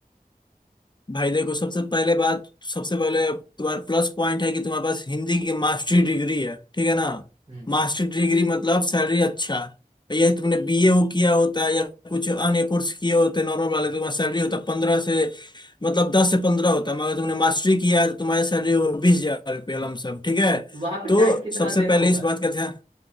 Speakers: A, on the left (about 30°); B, on the right (about 40°).
A: भाई देखो सबसे पहले बात सबसे पहले तुम्हारा प्लस पॉइंट है कि तुम्हारे पास हिंदी की मास्टरी डिग्री है ठीक है ना
B: हम्म
A: मास्टरी डिग्री मतलब सैलरी अच्छा ये तुमने बीए हो किया होता है या कुछ अन्य कोर्स किए होते नॉर्मल वाले तुम्हारा सैलरी होता पंद्रह से मतलब दस से पंद्रह होता है, मगर तुमने मास्टरी किया है, तो तुम्हारी सैलरी हो बीस हजार रुपये
B: हम्म
A: लमसम ठीक है
B: वहां पे
A: तो
B: टाइम कितना
A: सबसे
B: देना
A: पहले
B: होगा
A: इस बात का ध्यान